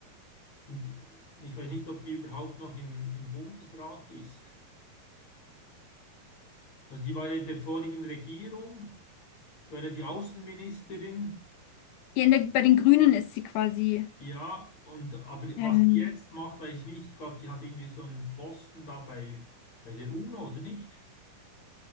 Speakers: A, on the left (about 50°); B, on the left (about 75°).
A: Und ich weiß nicht, ob die überhaupt noch im, im Bundesrat ist. Also die war ja in der vorigen Regierung, die war ja die Außenministerin.
B: Ja, in der, bei den Grünen ist sie quasi.
A: Ja, und aber
B: Ähm,
A: was sie jetzt macht, weiß ich nicht. Ich glaube, die hat irgendwie so einen Posten da bei, bei der UNO, oder nicht?